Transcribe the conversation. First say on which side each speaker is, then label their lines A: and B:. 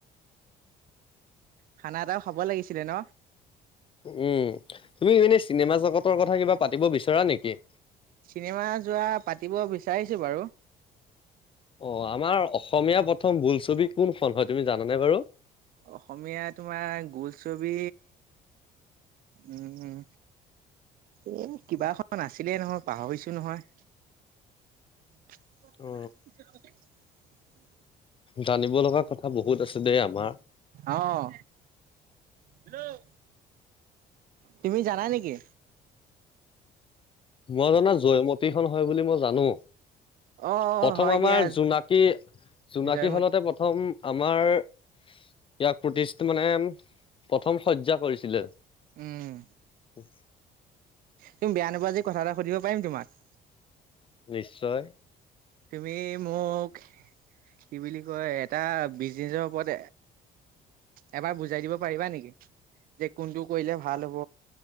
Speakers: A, on the right (about 60°); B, on the left (about 30°).
A: খানা এটাও খাব লাগিছিলে ন।
B: উম তুমি মিনে চিনেমা জগতৰ কথা কিবা। পাতিব বিচৰা নেকি।
A: চিনেমা যোৱা পাতিব বিচাৰিছো বাৰু।
B: অ আমাৰ অসমীয়া প্ৰথম বোলছবি কোন ফোন হয় তুমি জানানে বাৰু।
A: অসমীয়া তোমাৰ বোলছবি উম এ কিবাখন আছিলে নহয় পাহৈছো নহয়। <unintelligible>
B: অ জানিব লগা কথা বহুত আছে দে আমাৰ।
A: আহ হেল্লও তুমি জানা নেকি।
B: মই মানে জয়মতীখন হয় বুলি মই জানো।
A: অ
B: প্ৰথম
A: হয়
B: আমাৰ
A: দিয়া
B: জোনাকী -জোনাকী
A: জয়মতী
B: খনতে প্ৰথম আমাৰ ইয়াক প্ৰতি মানে প্ৰতিছ প্ৰথম হত্যা কৰিছিলে <unintelligible>
A: উম
B: উ
A: তুমি বেয়া নোপোৱা যদি কথা এটা সুধিব পাৰিম তোমাক
B: নি <unintelligible>
A: তুমি মোক কি বুলি কয় এটা বিজিতৰ ওপৰত এবাৰ বুজাই দিব পাৰিবা নেকি যে কোনটো কৰিলে ভাল হ'ব